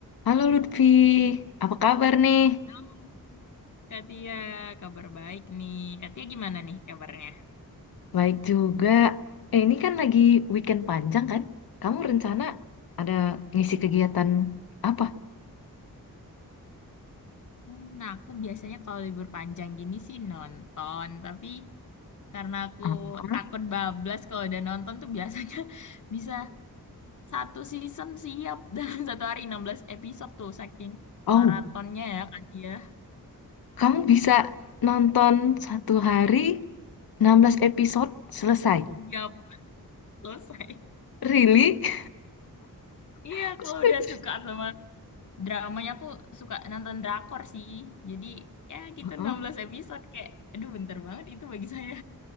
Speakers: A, on the left; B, on the left.
A: Halo Lutfi, apa kabar nih?
B: Halo, Kak Tia, kabar baik nih. Kak Tia gimana nih kabarnya?
A: Baik juga. Eh, ini kan lagi weekend panjang kan? Kamu rencana ada ngisi kegiatan apa?
B: Hmm, aku biasanya kalau libur panjang gini sih nonton, tapi karena aku
A: Apa?
B: takut bablas kalau udah nonton tuh biasanya <laughs> bisa satu season siap <laughs> dalam satu hari 16 episode tuh saking
A: Oh,
B: maratonnya ya Kak Tia.
A: kamu bisa nonton satu hari 16 episode selesai.
B: Siap, selesai.
A: Really?
B: Iya,
A: <laughs> Aku
B: kalau
A: speechless.
B: udah suka sama dramanya aku suka nonton drakor sih. Jadi ya gitu
A: Heeh.
B: 16 episode kayak aduh bentar banget itu bagi saya.